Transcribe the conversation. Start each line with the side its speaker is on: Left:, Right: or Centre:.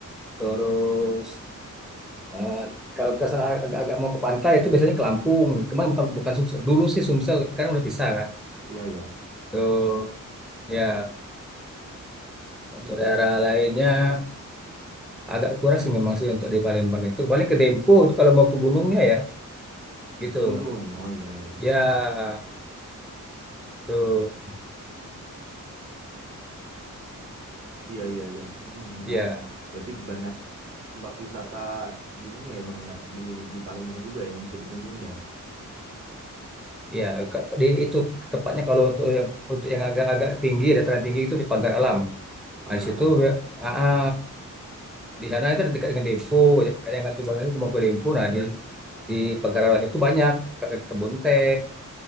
Centre: terus eh, kalau ke sana agak, agak mau ke pantai itu biasanya ke Lampung, cuma bukan bukan Sumsel. Dulu sih Sumsel, sekarang udah pisah kan.
Right: Iya iya.
Centre: Tuh, ya.
Right: Hmm.
Centre: Untuk daerah lainnya agak kurang sih memang sih untuk di Palembang itu. Paling ke Dempo itu kalau mau ke gunungnya ya gitu.
Right: Ke gunung. Oh iya iya.
Centre: Ya gitu.
Right: Iya, iya, iya. Hmm, menarik.
Centre: Ya
Right: Berarti banyak tempat wisata di ini ya, Bang ya, di di Palembang juga yang bisa dikunjungin ya,
Centre: ya Ka- di itu tepatnya kalau untuk yang untuk yang agak-agak tinggi dataran tinggi itu di Pagar Alam.
Right: Pagar
Centre: Nah, di
Right: Alam.
Centre: situ ya,
Right: mm
Centre: ah, ah, di sana itu dekat dengan Dempo. Kayak yang kata Bang itu mau ke Dempo. Nah di di Pagar Alam itu banyak Ke- kebun teh